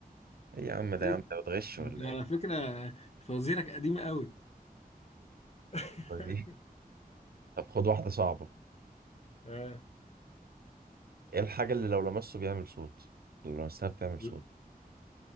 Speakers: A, on the right (about 75°); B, on the left (about 45°).
A: ايه يا عم ده
B: ايه
A: يا عم
B: ده؟
A: انت بتغش
B: انت
A: ولا
B: على
A: ايه؟
B: فكره فوازيرك قديمه قوي <laughs>
A: <laughs> طب خد واحدة صعبة
B: آه.
A: ايه الحاجة اللي لو لمسته بيعمل صوت لو لمستها بتعمل صوت
B: ل-